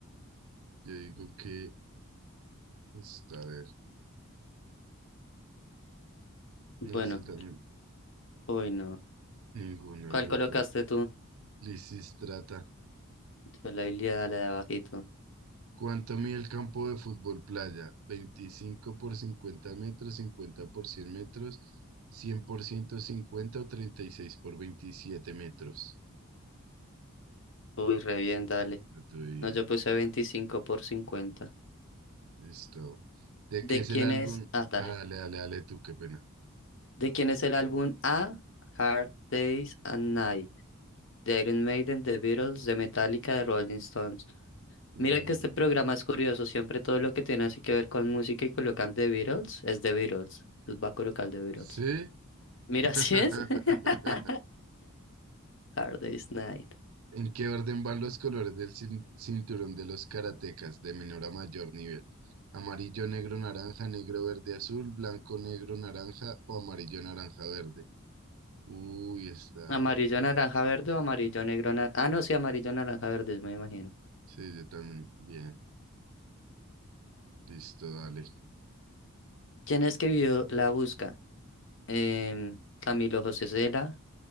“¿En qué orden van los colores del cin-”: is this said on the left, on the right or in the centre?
Right